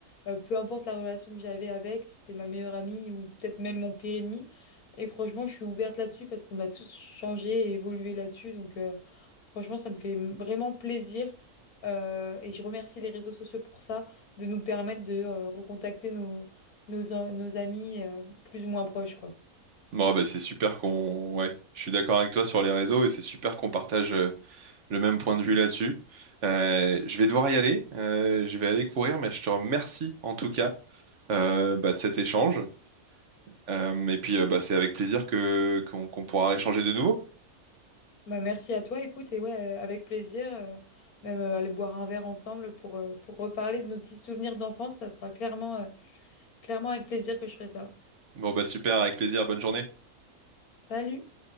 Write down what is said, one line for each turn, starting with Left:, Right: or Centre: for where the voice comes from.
Left: euh, peu importe la relation que j'avais avec, si c'était ma meilleure amie ou peut-être même mon pire ennemi. Et franchement, je suis ouverte là-dessus parce qu'on a tous changé et évolué là-dessus. Donc, euh, franchement, ça me fait m- vraiment plaisir. Euh, et je remercie les réseaux sociaux pour ça, de nous permettre de euh, recontacter nos, nos, a- nos amis euh, plus ou moins proches, quoi.
Right: Bon, bah, c'est super qu'on... Ouais, je suis d'accord avec toi sur les réseaux et c'est super qu'on partage euh, le même point de vue là-dessus. Euh, je vais devoir y aller, euh, je vais aller courir, mais je te remercie en tout cas euh, bah, de cet échange. Euh, et puis, euh, bah, c'est avec plaisir que qu'on qu'on pourra échanger de nouveau.
Left: Bah, merci à toi, écoute, et ouais, euh, avec plaisir, euh, même euh, aller boire un verre ensemble pour, euh, pour reparler de nos petits souvenirs d'enfance, ça sera clairement, euh, clairement avec plaisir que je ferai ça.
Right: Bon, bah super, avec plaisir, bonne journée.
Left: Salut!